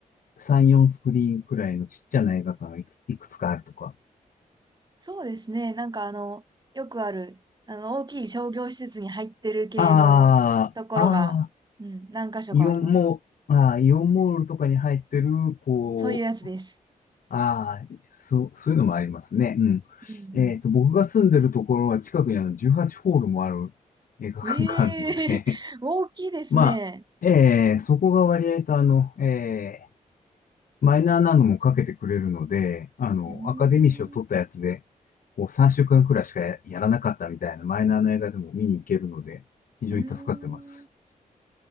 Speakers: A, on the left; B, on the right.
A: 3、4スクリーンくらいのちっちゃな映画館がいくつ、いくつかあるとか。
B: そうですね、なんかあの、よくある、あの、大きい商業施設に入ってる系のところが、
A: ああ、ああ、
B: うん、何箇所かあります。
A: イオンモール、ああ、イオンモールとかに入ってる、こう、
B: そういうやつです。
A: ああ、そう、そういうのもありますね。うん。
B: うん
A: えっと、僕が住んでるところは近くにあの18ホールもある映画館があるので、
B: うん。ええ <laughs>、大きいですね。
A: <laughs> まあ、ええそこが割合とあの、えマイナーなのもかけてくれるので、あの、
B: うー
A: アカデミー賞取ったやつで、
B: ん。
A: こう3週間くらいしかややらなかったみたいなマイナーな映画でも見に行けるので、非常に助かってます。
B: うーん。